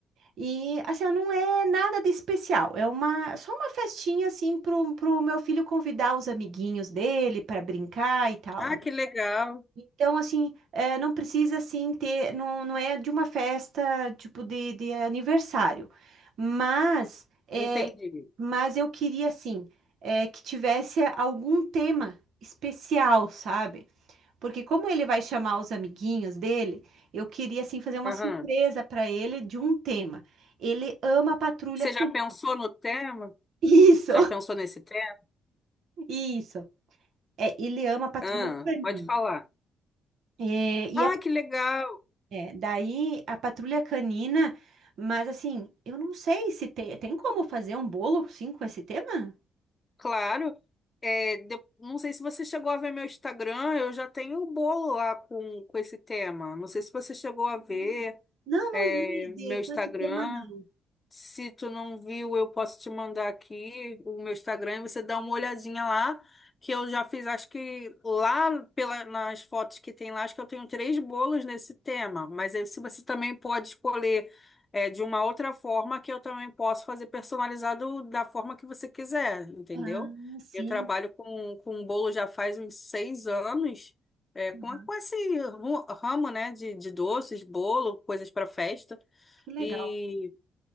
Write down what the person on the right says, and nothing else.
e, assim, ó, não é nada de especial, é uma, só uma festinha, assim, pro, pro meu filho convidar os amiguinhos dele para brincar e tal,
né?
Então, assim, é, não precisa, assim, ter, não, não é de uma festa, tipo, de, de aniversário, mas, é,
mas eu queria, assim, é, que tivesse algum tema especial, sabe? Porque como ele vai chamar os amiguinhos dele, eu queria assim fazer uma
surpresa para ele de um tema. Ele ama a patrulha
canina.
<laughs>
Isso,
isso. É, ele ama a patrulha
canina.
É,
e a-
é, daí a patrulha canina, mas assim, eu não sei se tem, tem como fazer um bolo sim com esse tema?
Hum. Não,
não vi de,
com esse tema não.
Ah, sim.
Uhum,
que legal.